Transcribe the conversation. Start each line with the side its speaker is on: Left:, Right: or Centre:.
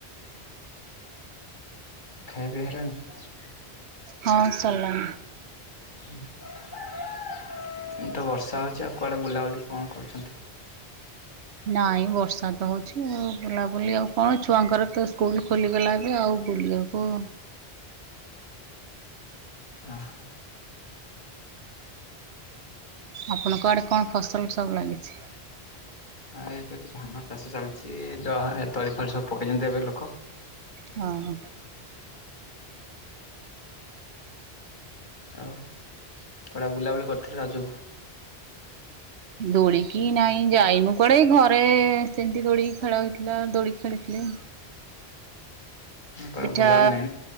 Left: ଖାଇବା ପିଇବା ହେଲାଣି।
Right: ହଁ ସଲା।
Left: ଏ ତ ବର୍ଷା ହଉଛି ଆଉ କୁଆଡ଼େ ବୁଲାବୁଲି କଣ କରୁଛନ୍ତି?
Right: ନାଇଁ ବର୍ଷା ତ ହଉଚି ଆଉ ବୁଲାବୁଲି ଆଉ କଣ ଛୁଆଙ୍କର ତ ସ୍କୁଲ ଖୋଲିଗଲା ଏବେ ଆଉ। ବୁଲିବାକୁ
Left: ହଁ।
Right: ଆପଣଙ୍କ ଆଡ଼େ କଣ ଫସଲ ସବୁ ଲାଗିଛି?
Left: ହଁ ଏବେ ତ ଧାନ ଚାଷ ଚାଲିଚି ଜ ଏତଳି ଫଳି ସବୁ ପକେଇଛନ୍ତି ଏବେ ଲୋକ।
Right: ହଁ ହଁ ହଁ।
Left: ଆଉ କୁଆଡ଼େ ବୁଲାବୁଲି କରିଥିଲ ରଜକୁ।
Right: ଦୋଳିକି ନାଇଁ ଯାଇନୁ କୁଆଡ଼େ ଏଇ ଘରେ ସେମିତି ଦୋଳିକି ଖେଳ ହୋଇଥିଲା ଦୋଳି ଖେଳିଥିଲେ।
Left: କୁଆଡ଼େ
Right: ପିଠା
Left: ବୁଲାବୁଲି